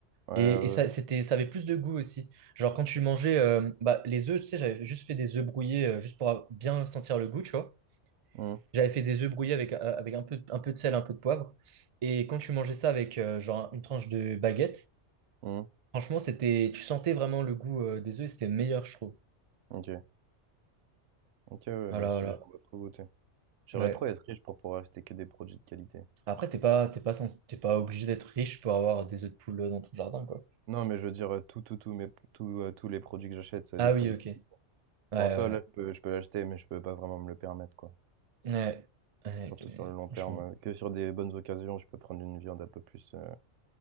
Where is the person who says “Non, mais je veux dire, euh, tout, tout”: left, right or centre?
Right